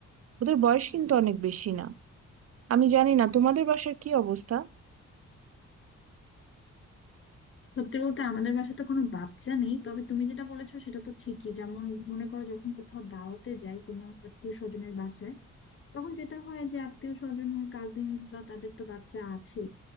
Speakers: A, on the right; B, on the left.
A: ওদের বয়স কিন্তু অনেক বেশি না আমি জানি না তোমাদের বাসার কি অবস্থা
B: সত্যি বলতে আমাদের বাসায় তো কোনো বাচ্চা নেই তবে তুমি যেটা বলেছো সেটা তো ঠিকই যেমন মনে করো যখন কোথাও দাওয়াতে যাই কোনো আত্মীয় স্বজনের বাসায় তখন যেটা হয় যে আত্মীয় স্বজন কাজিনস বা তাদের তো বাচ্চা আছে